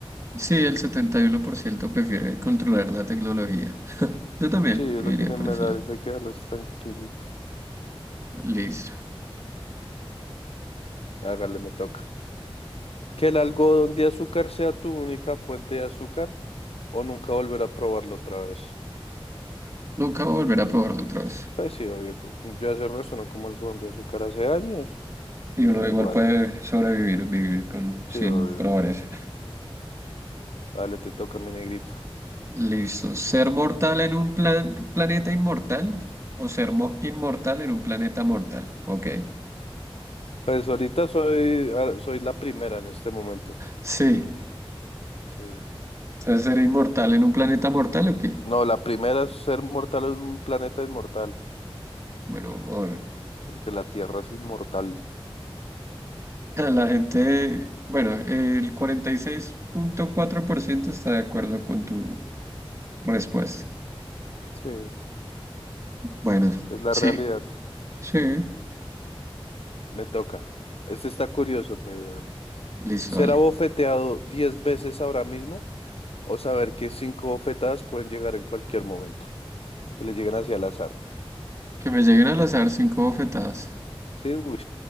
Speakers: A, on the right; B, on the left.
A: Sí,
B: ¿Mm?
A: el 71% prefiere controlar la tecnología. Yo también
B: Sí, a
A: me
B: los
A: iría
B: animales
A: por ese lado.
B: hay que dejarlos tranquilitos.
A: Listo.
B: Hágale, me toca. Que el algodón de azúcar sea tu única fuente de azúcar o nunca volver a probarlo otra vez.
A: Nunca volveré a probarlo otra vez.
B: Pues sí, obvio que yo hace el resto no como el con de azúcar hace años
A: Y
B: y
A: uno
B: me da
A: igual
B: igual.
A: puede sobrevivir, vivir con, sin
B: Sí, obvio.
A: probar eso.
B: Dale, te toca mi negrito.
A: Listo. ¿Ser mortal en un plan- planeta inmortal o ser mo- inmortal en un planeta mortal? Ok.
B: Pues ahorita soy, ah, soy la primera en este momento.
A: Sí.
B: Sí.
A: Entonces, ¿ser inmortal en un planeta mortal o qué?
B: No, la primera es ser mortal en un planeta inmortal,
A: Bueno, vamos a ver.
B: porque la Tierra es inmortal.
A: <laughs> La gente, bueno, el cuarenta y seis punto cuatro por ciento está de acuerdo con tu respuesta.
B: Sí,
A: Bueno,
B: es la
A: sí,
B: realidad.
A: sí.
B: Me toca. Este está curioso, mi brother.
A: Listo,
B: ¿Ser
A: vale.
B: abofeteado 10 veces ahora mismo o saber que cinco bofetadas pueden llegar en cualquier momento? Que le lleguen hacia el azar.
A: Que me lleguen al azar cinco bofetadas.
B: Sí, uy,